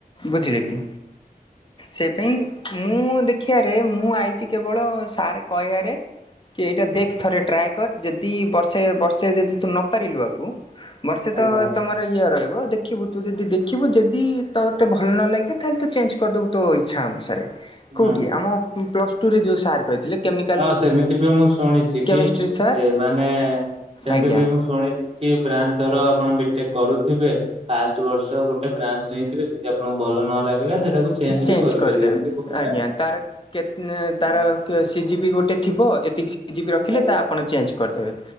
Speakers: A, on the left (about 30°); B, on the right (about 40°).
A: ବୁଝିଲେ
B: ହୁଁ
A: କି
B: ହୁଁ
A: ସେ କାଇଁ ମୁଁ ଦେଖିବାରେ, ମୁଁ ଆଇଛି କେବଳ ସାର୍ କହିଆରେ। କି ଏଇଟା ଦେଖ ଥରେ ଟ୍ରାଏ କର, ଯଦି ବର୍ଷେ ବର୍ଷେ ଯଦି ତୁ ନ ପାରିଲୁ ଆକୁ, ବର୍ଷେ
B: ଆଜ୍ଞା
A: ତ ତମର ଇଏ ରହିବ ଦେ ଖିବୁ ତୁ ଯଦି ଦେଖିବୁ ଯଦି ତତେ ଭଲ ନ ଲାଗେ, ତାହେଲେ ତୁ ଚେଞ୍ଜ କରିଦବୁ ତୋ ଇଚ୍ଛା ଅନୁସାରେ। କୋଉଠି,
B: ହୁଁ
A: ଆମ ପ୍ଲସ ଟୁ ରେ ଯୋଉ ସାର୍ କହିଥିଲେ। କେମିକାଲ
B: ହଁ ସେମିତି ବି ମୁଁ ଶୁଣିଛି,
A: କେମିଷ୍ଟ୍ରି
B: କି
A: ସାର୍
B: ମାନେ ସେମିତି
A: ଆଜ୍ଞା
B: ବି ମୁଁ ଶୁ ଶୁଣିଛି କି ବ୍ରାଞ୍ଚ ଧର, ଆପଣ ବି ଟେକ୍ କରୁଥିବେ ଫାଷ୍ଟ ବର୍ଷ ଗୋଟେ ବ୍ରାଞ୍ଚ ନେଇଥିବେ, ଯଦି ଆପଣଙ୍କୁ ଭଲ ନ ଲାଗିଲା ସେଟାକୁ
A: ଚେଞ୍ଜ
B: ବି କରିପାରିବେ
A: କରିଦେବେ,
B: ଏମିତି ହୁଏ
A: ଆଜ୍ଞା
B: ନା?
A: ତାର କେ
B: ହଁ
A: ତାର ସି ଜି ପି ଗୋଟେ ଥିବ, ଏତିକି ସି ଜି ପି ରଖିଲେ
B: ଆଜ୍ଞା
A: ତ ଆପଣ ଚେଞ୍ଜ କରିଦେବେ।